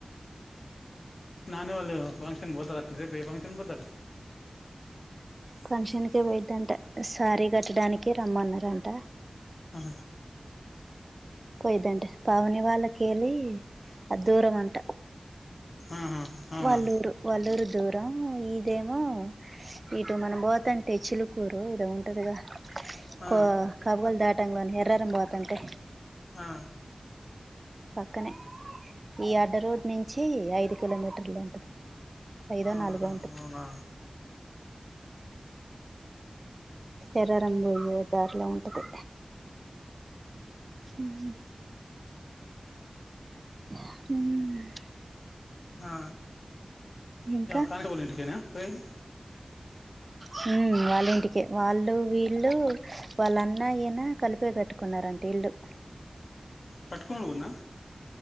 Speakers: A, on the left; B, on the right.
A: నాన్న వాళ్ళు ఫంక్షన్ పోతారంట రేపు ఏ ఫంక్షన్ కు పోతారు.
B: ఫంక్షన్స్ కే పోయిందట శారీ కట్టడానికే రమ్మన్నారంట
A: ఆ
B: పోయిదంట పావని వాళ్ళకి యెల్లి అది దూరం అంట.
A: ఆహా! అవునా
B: వాళ్ళూరు వాళ్ళూరు దూరం ఇదేమో ఇటు మనం పోతంటే చిలుకూరు ఇది ఉంటదిగా
A: ఆ,
B: కో కబూలు దాటంగానే ఎర్రారం పోతాంటే
A: ఆ
B: పక్కనే ఈ అడ్డ రోడ్ నుంచి ఐదు కిలోమీటర్లు. ఐదో,
A: అవునా
B: నాలుగో
A: ఆహా, అవునా
B: ఎర్రారం పోయే దారిలో ఉంటాది. ఉహూ మ్
A: ఆ
B: ఇంకా
A: కరెంటోల్ల ఇంటికేనా. పోయేది.
B: హ వాళ్ళ ఇంటికే వాళ్ళు వీళ్ళు వాళ్ళ అన్నా ఈయన కలిపే కట్టుకున్నారంట ఇల్లు.
A: కట్టుకొని పోనా